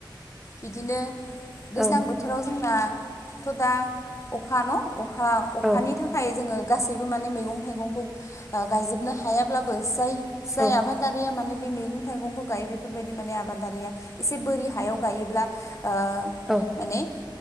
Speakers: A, on the left; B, in the centre.
A: बिदिनो दैज्लां
B: औ
A: बोथोर। बोथोराव जोंनाथ' दा अखा न' अखा अखानि
B: औ
A: थाखाय जोंङो। गासैबो माने मैगं थाइगंखौ ओ गायजोबनो हायाब्लाबो जाय जया
B: औ
A: दारिया माने बे मैगं थाइगंखौ गायो बेफोरबायदि माने आबादारिया एसे बोरि हायाव गायोब्ला ओ
B: औ
A: माने